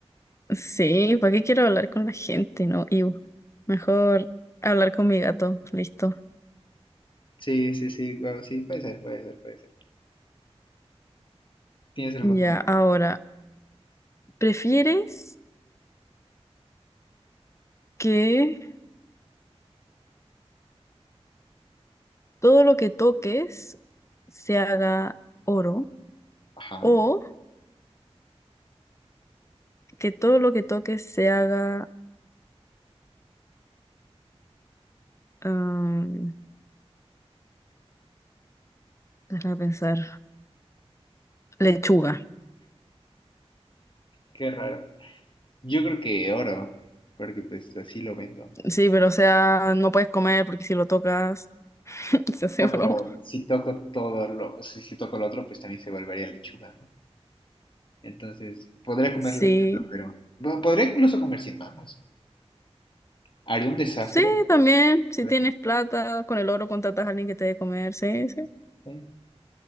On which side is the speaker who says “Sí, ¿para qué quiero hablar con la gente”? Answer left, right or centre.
Left